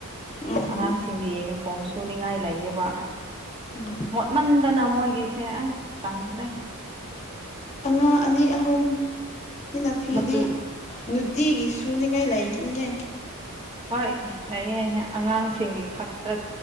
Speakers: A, on the left (about 30°); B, on the right (about 25°).
A: ꯎꯝ
B: ꯑꯉꯥꯡꯁꯤꯡꯒꯤ ꯌꯨꯅꯤꯐꯣꯔꯝ ꯁꯨꯅꯤꯡꯉꯥꯏ ꯂꯩꯌꯦꯕ
A: ꯎꯝ
B: ꯃꯣꯠꯃꯟꯗꯅ ꯃꯣꯏꯒꯤꯁꯦ ꯑꯁ ꯇꯟꯈ꯭ꯔꯦ
A: ꯑꯉꯥꯡ ꯑꯅꯤ ꯑꯍꯨꯝ ꯁꯤꯅ ꯐꯤꯗꯤ
B: ꯃꯆꯨ
A: ꯅꯨꯡꯇꯤꯒꯤ ꯁꯨꯅꯤꯡꯉꯥꯏ ꯂꯩꯕꯅꯤꯅꯦ
B: ꯍꯣꯏ ꯂꯩꯌꯦ ꯑꯉꯥꯡꯁꯤꯡꯒꯤ ꯈꯛꯇ